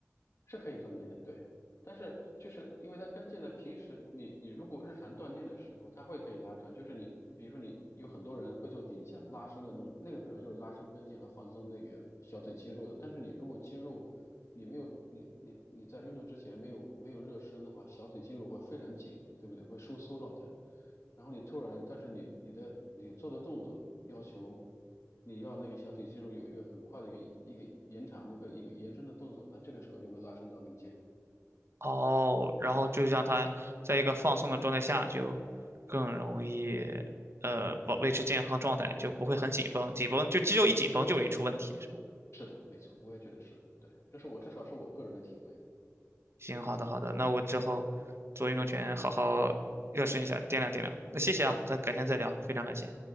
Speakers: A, on the left; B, on the right.
A: 是可以断电的，对。但是就是因为它跟腱的，平时你你如果日常断电的时候，它会可以拉长。就是你比如说你有很多人会做顶墙拉伸的那个，那个主要就是拉伸跟腱和放松那个小腿肌肉的。但是你如果肌肉你没有你你你在运动之前没有没有热身的话，小腿肌肉会非常紧，对不对？会收缩状态。然后你突然，但是你你的你做的动作要求你要那个小腿肌肉有一个很快的一个一个延长的和一个延伸的动作，那这个时候就会拉伸到跟腱。
B: 哦，然后就让它在一个放松的状态下，就更容易呃保维持健康状态，
A: 对，
B: 就不会很紧绷，紧绷就肌肉一紧绷就容易出问题。是吧？
A: 是的，没错，我也觉得是对，这是我至少是我个人的体会。
B: 行，好的好的，那我之后做运动前好好热身一下，掂量掂量。那谢谢啊，咱改天再聊，非常感谢。